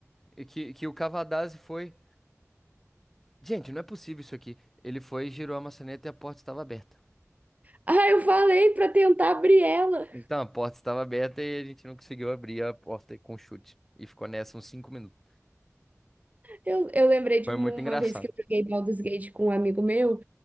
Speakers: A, in the centre; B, on the right.
A: e Que, que o Cavadazzi foi. Gente, não é possível isso aqui. Ele foi, girou a maçaneta e a porta estava aberta.
B: Ah, eu falei pra tentar abrir ela.
A: Então, a porta estava aberta e a gente não conseguiu abrir a porta com chute. E ficou nessa uns cinco minutos.
B: Eu, eu lembrei de
A: Foi
B: uma
A: muito engraçado.
B: vez que eu joguei Baldur's Gate com um amigo meu